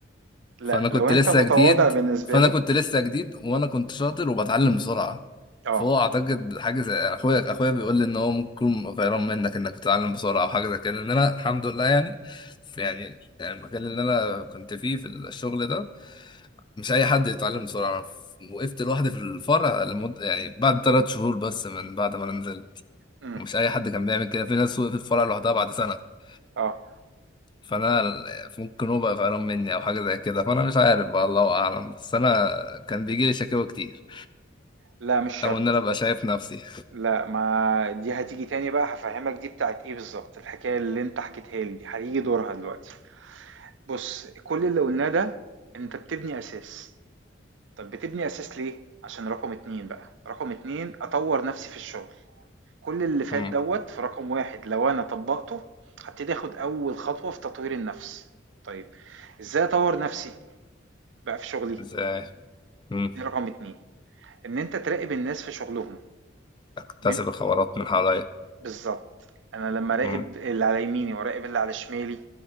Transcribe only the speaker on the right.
لا
لو انت
متواضع
بالنسبة
له
اه
امم
اه
لا مش شرط
لا ما دي هتيجي تاني بقى هفهمك دي بتاعت ايه بالظبط الحكاية اللي انت حكيتها لي دي هتيجي دورها دلوقتي بص كل اللي قلناه ده انت بتبني اساس طب بتبني اساس ليه عشان رقم اتنين بقى رقم اتنين اطور نفسي في الشغل كل اللي فات
دوت في رقم واحد لو انا طبقته هبتدي اخد اول خطوة في تطوير النفس طيب ازاي اطور نفسي بقى في شغلي
دي رقم اتنين إن أنت تراقب الناس في شغلهم
بم-
بالظبط أنا لما أراقب
اللي على يميني وأراقب اللي على شمالي